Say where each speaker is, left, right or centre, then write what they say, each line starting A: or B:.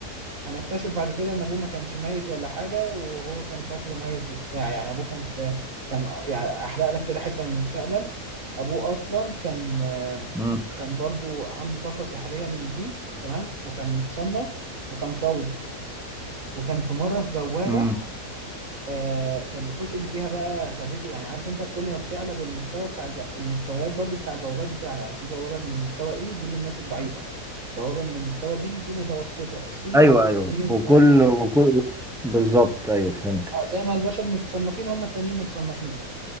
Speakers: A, on the right; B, in the centre.
A: هنكتشف بعد كده ان ابوه ما كانش ميت ولا حاجه وهو كان فاكره ميت وبتاع يعني ابوه كان في كان يعني احرق لك كده حته من المستقبل ابوه اصلا كان آه،
B: امم
A: كان برضو عنده طاقه سحريه من دي تمام وكان متصنف وكان قوي وكان في مره في بوابه
B: امم
A: آه، فالوحوش اللي فيها بقى خدته يعني عارف انت كل ما بتعلى بالمستوى بتاع الب... المستويات برضو بتاع البوابات بتعلى يعني في بوابه من المستوى اي دي للناس الضعيفه بوابه من المستوى بي دي متوسطه سي
B: ايوه ايوه
A: ايه
B: وكل
A: وهكذا
B: وكل بالظبط ايوه فهمتك
A: اه زي ما البشر متصنفين هم التانيين متصنفين